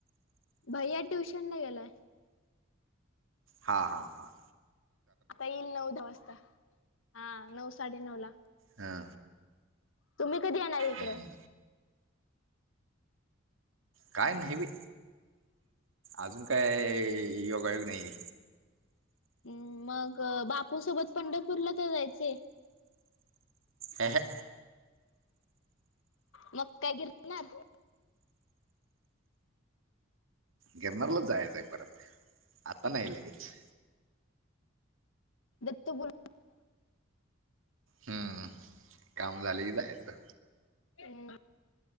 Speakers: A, on the left; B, on the right.
A: भैया ट्युशन ला गेलाय.
B: हां हां हां.
A: आता येईल नऊ दहा वाजता हा नऊ साडे नऊ ला.
B: हा.
A: तुम्ही कधी येणार इकं.
B: हम्म. काय न बी अजून काय योगायोग नाही आहे.
A: हम् मग बापूसोबत पंढरपूरला तर जायचे.
B: ह ह.
A: मग काय गिरणार.
B: गिरणारला जायचंय परत आता नाही लगेच.
A: दत बोल.
B: अ्म काम झाले की जायचं.
A: हम्